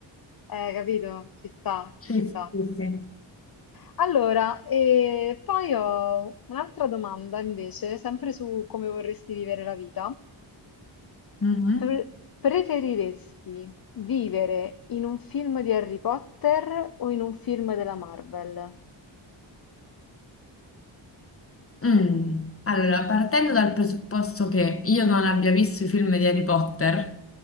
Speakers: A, on the left; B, on the left.
A: Eh, capito? Ci sta,
B: Sì,
A: ci sta.
B: sì, sì.
A: Allora, e poi ho un'altra domanda invece, sempre su come vorresti vivere la vita.
B: Mhm.
A: Pre- preferiresti vivere in un film di Harry Potter o in un film della Marvel?
B: Mm. Allora, partendo dal presupposto che io non abbia visto i film di Harry Potter